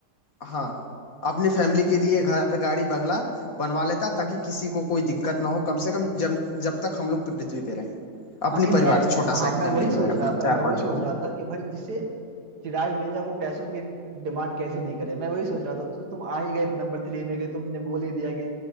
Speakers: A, on the left; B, on the right.
A: हाँ अपनी फैमिली के लिए घर गाड़ी बंगला बनवा लेता ताकि किसी को कोई दिक्कत ना हो कम से कम जब जब तक हम लोग पृथ्वी पे रहें अपनी
B: हाँ इनडायरेक्टली
A: परिवार छोटा
B: हाँ
A: सा एक
B: मैं
A: फैमिली
B: वही सोच
A: जो है अपना
B: रहा था
A: चार
B: मैं वही
A: पांच
B: सोच
A: लोगों
B: रहा
A: का
B: था कि भाई जिसे चिराग मिर्जा वो पैसों की डिमांड कैसे नहीं करे मैं वही सोच रहा था तो तुम आ ही गए नंबर थ्री में गए तुमने बोल ही दिया कि